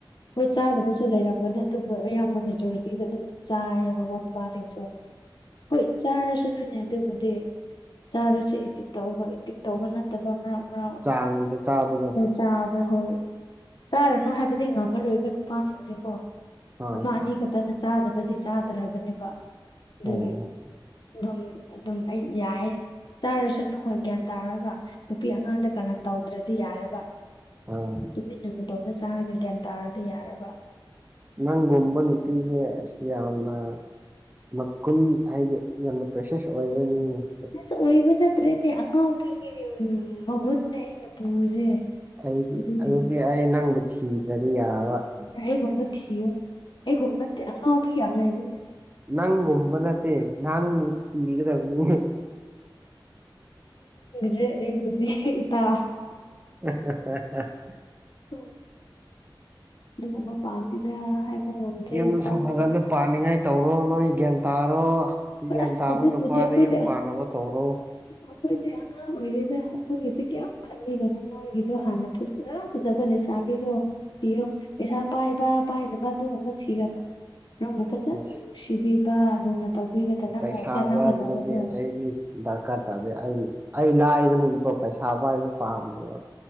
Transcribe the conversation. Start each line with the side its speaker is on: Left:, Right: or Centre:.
Left: ꯍꯣꯏ ꯆꯥꯗꯕꯁꯨ ꯂꯩꯔꯝꯒꯅꯤ ꯑꯗꯨꯕꯨ ꯑꯌꯥꯝꯕ ꯃꯦꯖꯣꯔꯤꯇꯤꯗ ꯑꯗꯨꯝ ꯆꯥꯏꯌꯦꯕ ꯅꯨꯄꯥꯁꯤꯡꯁꯨ ꯍꯣꯏ ꯆꯥꯔꯁꯨ ꯅꯣꯏꯅꯦ ꯑꯗꯨꯕꯨꯗꯤ ꯆꯥꯔꯁꯨ ꯏꯇꯤꯛ ꯇꯧꯕ ꯏꯇꯛ ꯇꯧꯕ ꯅꯠꯇꯕ ꯃꯔꯛ ꯃꯔꯛ
Right: ꯆꯥꯡꯗ ꯆꯥꯕꯗꯣ
Left: ꯆꯥꯕ ꯍꯣꯏ ꯆꯥꯔꯅꯨ ꯍꯥꯏꯕꯗꯤ ꯉꯝꯃꯔꯣꯏꯕ ꯅꯨꯄꯥꯁꯤꯡꯁꯦ ꯀꯣ
Right: ꯍꯣꯏ
Left: ꯑꯃ
Right: ꯍꯣꯏ
Left: ꯑꯅꯤ ꯈꯛꯇꯅ ꯆꯥꯗꯕꯗꯤ ꯆꯥꯗ꯭ꯔꯔꯕꯅꯦꯕ ꯑꯗꯨꯒꯤ
Right: ꯍꯣꯏ ꯍꯣꯏ
Left: ꯑꯗꯨꯝ ꯑꯗꯨꯝ ꯑꯩ ꯌꯥꯏ ꯆꯥꯔꯁꯨꯅꯨ ꯍꯣꯏ ꯒ꯭ꯌꯥꯟ ꯇꯥꯔꯒ ꯅꯨꯄꯤ ꯑꯉꯥꯡꯗ ꯀꯥꯂꯟ ꯇꯧꯗ꯭ꯔꯗꯤ ꯌꯥꯔꯦꯕ
Right: ꯑꯣ
Left: ꯇꯨꯃꯤꯟꯅ ꯇꯧꯅ ꯆꯥꯔꯒ ꯒ꯭ꯌꯥꯟ ꯇꯥꯔꯗꯤ ꯌꯥꯔꯕ
Right: ꯅꯪꯒꯨꯝꯕ ꯅꯨꯄꯤꯁꯦ ꯑꯁ ꯌꯥꯝꯅ ꯃꯒꯨꯟ ꯍꯥꯏꯗꯤ ꯌꯥꯝꯅ ꯄ꯭ꯔꯦꯁꯦꯁ ꯑꯣꯏꯅꯤ
Left: ꯑꯁ ꯑꯣꯏꯕ ꯅꯠꯇ꯭ꯔꯦꯅꯦ ꯑꯉꯥꯎꯕꯒꯤ ꯃꯒꯨꯟꯅꯦ ꯑꯩꯅ ꯄꯁꯦ
Right: ꯑꯩꯗꯤ
Left: ꯑꯗꯨꯇꯦ
Right: ꯑꯗꯨꯗꯤ ꯑꯩ ꯅꯪꯕꯨ ꯊꯤꯗ꯭ꯔꯗꯤ ꯌꯥꯔꯔꫭꯏ
Left: ꯑꯩꯒꯨꯝꯕ ꯊꯤꯌꯣ ꯑꯩꯒꯨꯝꯕ ꯑꯉꯥꯎꯕ ꯌꯥꯝ ꯂꯩꯔꯤ
Right: ꯅꯪꯒꯨꯝꯕꯅ ꯅꯪꯕꯨ ꯊꯤꯒꯗꯕꯅ
Left: ꯔꯦ ꯑꯩꯕꯨꯗꯤ ꯇꯥꯎ
Right: <unintelligible>
Left: ꯎ ꯑꯗꯨꯒꯨꯝꯕ ꯄꯥꯝꯃꯤꯗ꯭ꯔꯥ ꯍꯥꯏꯕ ꯉꯝꯗ꯭ꯔꯦ
Right: ꯌꯨꯝꯁꯨ
Left: ꯅꯨꯄꯥꯁꯤꯡꯁꯦ
Right: ꯐꯖꯅ ꯄꯥꯅꯤꯡꯉꯥꯏ ꯇꯧꯔꯣ ꯅꯣꯏ ꯒ꯭ꯌꯥꯟ ꯇꯥꯔꯣ
Left: ꯍꯣꯏ
Right: ꯒ꯭ꯌꯥꯟ
Left: ꯑꯁ
Right: ꯇꯥꯕ
Left: ꯍꯧꯖꯤꯛꯄꯨꯗꯤ
Right: ꯅꯨꯄꯥꯗ
Left: ꯑꯩꯈꯣꯏꯗꯤ
Right: ꯌꯨꯝ ꯄꯥꯅꯕ ꯇꯧꯔꯣ
Left: ꯑꯩꯈꯣꯏꯗꯤ ꯑꯉꯥꯡ ꯑꯣꯏꯔꯤꯗ ꯑꯩꯈꯣꯏꯒꯤꯁꯦ ꯀꯌꯥꯝꯃ ꯈꯟꯕꯤꯒꯅꯣ ꯃꯣꯢꯒꯤꯗꯣ ꯍꯥꯟꯅ ꯐꯖ ꯐꯖꯕ ꯂꯩꯁꯥꯕꯤꯗꯣ ꯊꯤꯌꯣ ꯄꯩꯁꯥ ꯄꯥꯏꯕ ꯄꯥꯏꯗꯕ ꯑꯗꯨꯒꯨꯝꯕ ꯊꯤꯒꯅꯨ ꯅꯪꯕꯨ ꯐꯖꯅ
Right: ꯑꯁ
Left: ꯅꯨꯡꯁꯤꯕꯤꯕ ꯂꯨꯅ ꯇꯧꯕꯤꯒꯗ ꯅꯪ
Right: ꯄꯩꯁꯥ
Left: ꯆꯥꯟꯅꯒꯗꯕꯗꯣ
Right: ꯄꯥꯏꯕꯗꯨꯗꯤ ꯑꯩꯗꯤ ꯗꯔꯀꯥꯔ ꯇꯥꯗꯦ ꯑꯩ ꯑꯩ ꯂꯥꯏꯕꯅꯤꯅꯀꯣ ꯄꯩꯁꯥ ꯄꯥꯢꯕ ꯄꯥꯝꯗꯦꯕ